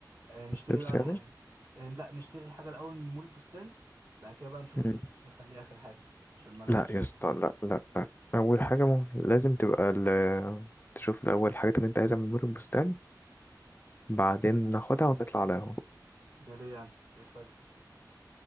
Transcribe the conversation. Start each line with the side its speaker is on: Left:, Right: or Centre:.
Right: آه، نشتري
Left: لبس
Right: بقى الحاجة
Left: يعني
Right: آه، لا نشتري الحاجة الأول من مول البستان بعد كده بقى نشوف اللبس
Left: امم
Right: نخليه آخر حاجة عشان ما نقعدش
Left: لا يا اسطى لا لا لا أول حاجة ممكن لازم تبقى ال- تشوف الأول الحاجات اللي أنت عايزها من بور البستان بعدين
Right: مم.
Left: ناخدها ونطلع على القهوة
Right: ده ليه يعني إيه الفرق